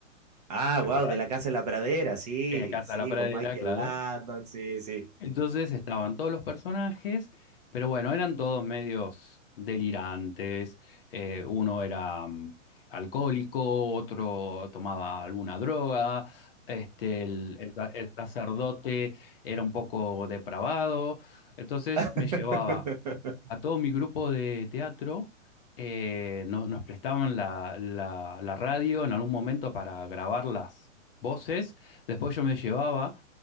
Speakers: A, on the right; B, on the left.
A: Ah,
B: ¿Te
A: wow,
B: acordás?
A: de la casa en la pradera, sí,
B: Eh, Casa
A: sí,
B: de la Pradera,
A: con Michael
B: claro.
A: Landon, sí, sí.
B: Entonces estaban todos los personajes, pero bueno, eran todos medios delirantes. eh, uno era mm, alcohólico, otro tomaba alguna droga, este, el, el ta- el sacerdote era un poco depravado. Entonces
A: <laughs>
B: me llevaba a todo mi grupo de teatro, eh, no- nos prestaban la, la la radio en algún momento para grabar las voces. Después yo me llevaba